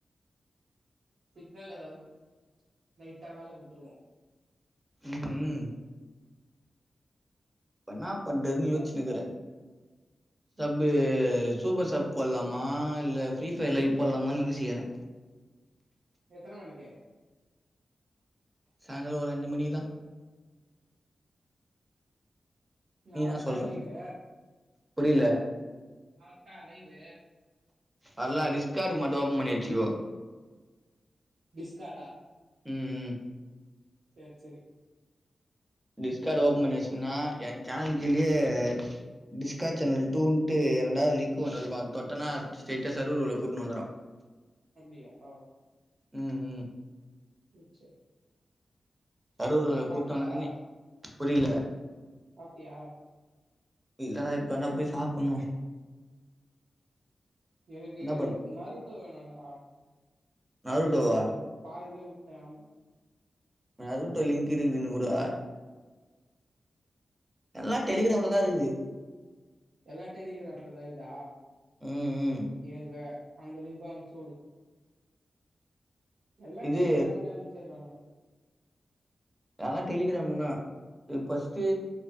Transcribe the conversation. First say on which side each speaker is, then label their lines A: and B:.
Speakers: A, on the right; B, on the right.
A: சிக்னல் எதாவ்து லைட்டா வேல குத்துருக்கு
B: ம் ஹும் இப்ப என்னா பண்றதுன்னு யோச்சினுகுறே சப்பு சூப்பர் சாப் போட்லாமா இல்ல ஃப்ரீ ஃபயர் லைவ் போலாமான்னு யோசிக்குறே
A: எத்தன மணிக்கு
B: சாந்திர ஒரு அஞ்சு மணிக்குதா நீதா
A: நா வர்ட்டா
B: சொல்ற
A: லைவு
B: புரில
A: அவே வந்டானா லைவ் வு
B: அதெல்லா ரடிஸ்காடு மட்டு ஓபன் பண்ணி வச்சுக்கோ
A: டிஸ்காடா
B: ம் ம்
A: சேரி சேரி
B: டிஸ்காடு ஓபன் பண்ணிவச்சோம்னா என் சேனல் கீழயே டிஸ்கா சேனல் டூட்டு ரெண்டாவது லிங்க் ஒன்னு இருக்கு அது தொட்டனா ஸ்டேய்டா சர்வர் குள்ள கூட்டுனு வந்துரு <inaudible>
A: அப்டியா ஆ
B: ம் ம்
A: ம் சேரி
B: சர்வர் வர்ல
A: சாப்ட்டியா
B: கூப்ட்டு வந்தனா நீ புரியில
A: சாப்ட்டியா
B: இல்லடா இப்பதான்ட போய் சாப்புன்னோ
A: எனக்கு
B: என்ன பண்
A: நருட்ட வேணுன்டா
B: நருட்டோவா
A: <unintelligible> பாதிலே உட்ட ஆமா
B: நா அறுப்ட்ட லிங்க் இருக்குதுனியே குட்ரா எல்லா டெலிகிராம்ல தா இருக்து
A: எல்லா டெலிகிராம்ல தா இக்தா
B: ம் ம்
A: என்க்கே அந்த லிங்க்க அம்ச்சுவுடு எல்லா
B: இது
A: டெலிகிராம்ல அம்ச்சிறாங்க
B: எல்லா டெலிகிராம் தா இது ஃபர்ஸ்ட்டு